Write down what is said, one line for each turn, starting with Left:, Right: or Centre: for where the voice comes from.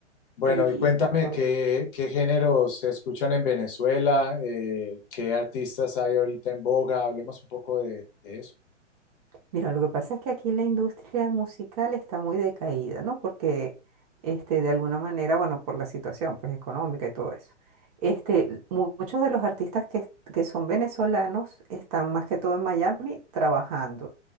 Left: Bueno,
Right: Y,
Left: y cuéntame
Right: y canta bien.
Left: qué, qué géneros se escuchan en Venezuela, eh, qué artistas hay ahorita en boga, hablemos un poco de, de eso.
Right: Mira, lo que pasa es que aquí la industria musical está muy decaída, ¿no? Porque, este, de alguna manera, bueno, por la situación, pues, económica y todo eso. Este, mu- muchos de los artistas que, est- que son venezolanos están más que todo en Miami trabajando.